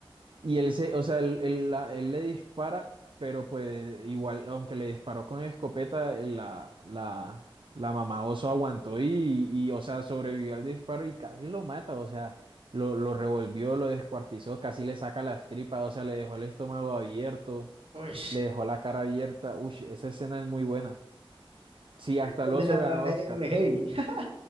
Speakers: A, on the right; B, on the right.
A: Y él se, o sea, él, él la- él le dispara, pero pues igual, aunque le disparó con escopeta, eh, la, la, la mamá oso aguantó y, y, o sea, sobrevivió al disparo y casi lo mata, o sea, lo, lo revolvió, lo descuartizó, casi le saca las tripas, o sea, le dejó el estómago abierto,
B: Uy,
A: le dejó la cara abierta. Uy, esa escena es muy buena. Sí, hasta
B: los
A: el oso
B: de la re,
A: ganó Oscar.
B: re heavy. <laughs>